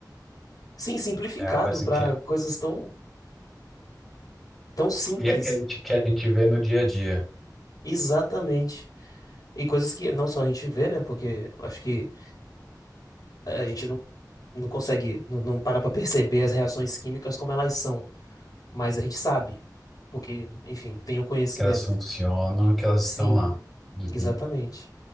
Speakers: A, on the left; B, in the centre.
A: Sim, simplificado
B: É algo assim
A: para
B: que,
A: coisas tão, tão simples.
B: que a que a gente, que a gente vê no dia a dia,
A: Exatamente. E coisas que não só a gente vê, né? Porque eu acho que eh, a gente não, não consegue, não, não para pra perceber as reações químicas como elas são. Mas a gente sabe. Porque, enfim, tem o conhecimento.
B: que elas funcionam, que elas
A: Sim,
B: estão lá. Uhum.
A: exatamente.